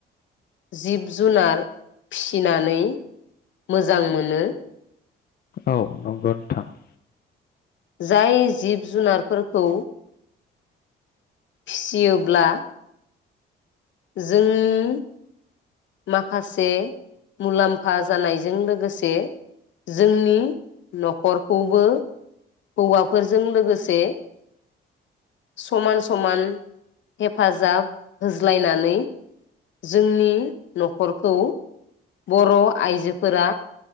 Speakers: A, on the left; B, on the left.
A: जिब जुनार फिसिनानै मोजां मोनो
B: औ नंगोनथां <unintelligible>
A: जाय जिब जुनारफोरखौ फिसियोब्ला जोंनि माखासे मुलाम्फा जानायजों लोगोसे जोंनि न'खरखौबो हौवाफोरजों लोगोसे समान समान हेफाजाब हो <inaudible> बुज्लायनानै जोंनि न'खरखौ बर' आइजोफोरा